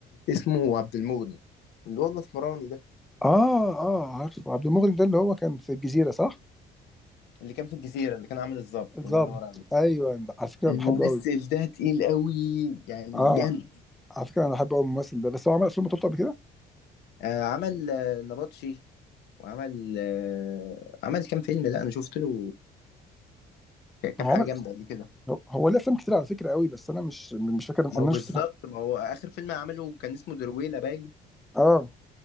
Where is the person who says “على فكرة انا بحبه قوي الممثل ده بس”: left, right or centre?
Centre